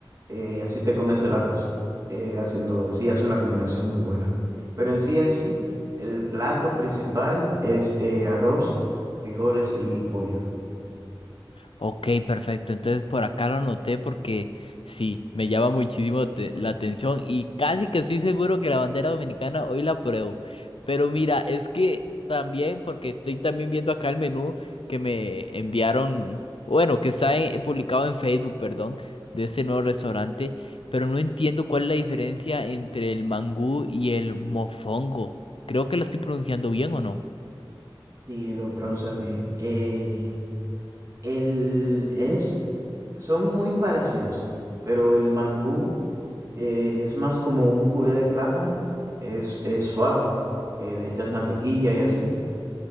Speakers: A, on the right; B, on the left.
A: eh, y así te comes el arroz, eh, haciendo, sí hace una combinación muy buena. Pero en sí, en sí, el plato principal es eh, arroz, frijoles y pollo.
B: Ok, perfecto. Entonces por acá lo anoté porque sí, me llama muchísimo te- la atención y casi que estoy seguro que la bandera dominicana hoy la pruebo. Pero mira, es que también, porque estoy también viendo acá el menú que me enviaron, bueno, que está en- publicado en Facebook, perdón, de este nuevo restaurante, pero no entiendo cuál es la diferencia entre el mangú y el mofongo. Creo que lo estoy pronunciando bien o no.
A: Sí, lo pronuncias bien. Eh, el es, son muy parecidos, pero el mangú eh, es más como un puré de plátano, es, es suave, eh, le echas mantequilla y así,